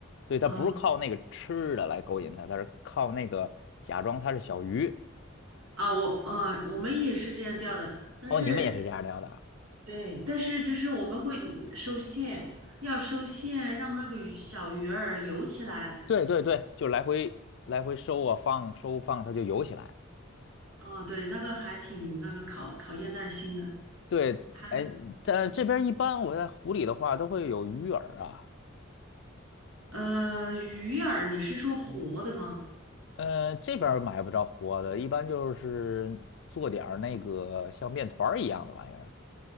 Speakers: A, on the left (about 60°); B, on the right (about 85°).
A: 对，它不是靠那个吃的来勾引它，
B: 啊
A: 它是靠那个假装它是小鱼。
B: 啊，我啊，我们也是这样钓的。但是
A: 哦，你们也是这样聊的啊
B: 对，但是就是我们会收线，要收线，让那个鱼小鱼儿游起来。
A: 对对对，就来回来回收啊放收放，它就游起来。
B: 啊，对，那个还挺那个考考验耐心的。
A: 对，
B: 还
A: 哎，在这边一般我在湖里的话都会有鱼饵啊，
B: 嗯呃，鱼饵你是说活的吗？
A: 呃，这边儿买不着活的，一般就是做点儿那个像面团儿一样的玩意儿。